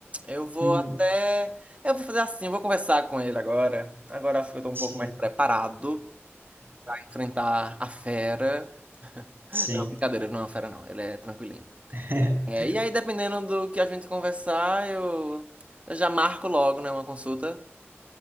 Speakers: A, on the right (about 30°); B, on the right (about 50°).
A: Eu vou
B: Uhum.
A: até. Eu vou fazer assim, eu vou conversar com ele agora. Agora acho que eu tô um
B: Sim,
A: pouco mais preparado pra enfrentar a fera.
B: sim.
A: Não, brincadeira, ele não é uma fera, não. Ele é tranquilinho.
B: <laughs>
A: É, e aí, dependendo do que a gente conversar, eu, eu já marco logo, né, uma consulta.